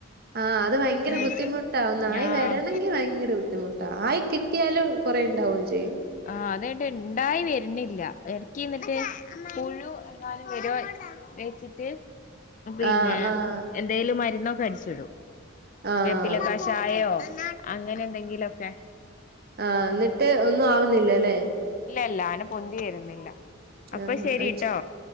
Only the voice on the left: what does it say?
ഉം
ആഹ്
ആഹ് അതെട്ട് ഇണ്ടായി വരുന്നില്ല എറക്കി എന്നിട്ട് പുഴു എങ്ങാലും വരോ പേച്ചിറ്റ് പിന്നെ
എന്തേലും മരുന്നൊക്കെ അടിച്ചിടും
വേപ്പിലക്കശ് ചായോ അങ്ങനെ എന്തെങ്കിലൊക്കെ
ഇല്ല ഇല്ല ആന പൊന്തി വരുന്നില്ല അപ്പൊ
ശരിട്ടോ